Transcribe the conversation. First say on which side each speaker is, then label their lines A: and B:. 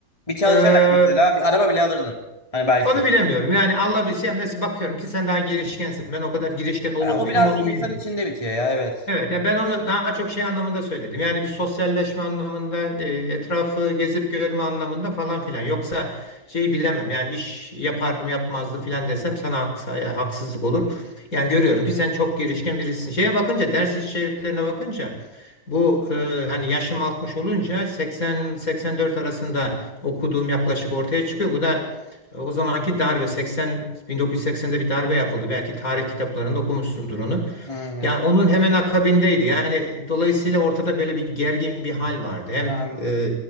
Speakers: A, on the left (about 20°); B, on the left (about 50°).
A: Bir çalışarak
B: Ee,
A: mesela bir araba bile alırdın. Hani belki.
B: onu bilemiyorum. Yani Allah bilsin. Mesela bakıyorum ki sen daha girişkensin. Ben o kadar girişken olur
A: Ha,
B: muydum
A: o biraz
B: onu bilmiyorum.
A: insan içinde bitiyor ya evet.
B: Evet, ya ben onu daha çok şey anlamında söyledim. Yani bir sosyalleşme anlamında, e, etrafı gezip görme anlamında falan filan. Yoksa şeyi bilemem. Yani iş yapardım yapmazdım filan desem sana haks- e, haksızlık olur. Yani görüyorum ki sen çok girişken birisin. Şeye bakınca, ders içeriklerine bakınca bu e, hani yaşım 60 olunca 80-84 arasında okuduğum yaklaşık ortaya çıkıyor. Bu da e, o zamanki darbe 80 1980'de bir darbe yapıldı. Belki tarih kitaplarında okumuşsundur onu.
A: Aynen.
B: Yani onun hemen akabindeydi. Yani dolayısıyla ortada böyle bir gergin bir hal vardı. Hem
A: Anladım.
B: e,